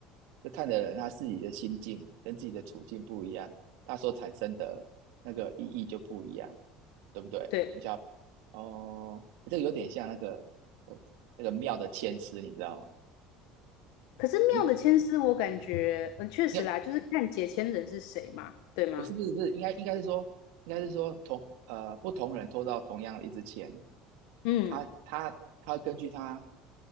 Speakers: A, on the right; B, on the left.
A: 就看的人他自己的心境跟自己的处境不一样，他所产生的那个意义就不一样，对不对？
B: 对，
A: 你想，哦，这个有点像那个我那个庙的签诗，你知道吗？
B: 可是妙的签诗，
A: 你
B: 我感觉嗯确实啦，
A: 你
B: 就是看解签人是谁嘛，对吗？
A: 不是不是不是，应该应该是说应该是说同呃不同人抽到同样的一支签，
B: 嗯，
A: 他他他根据他，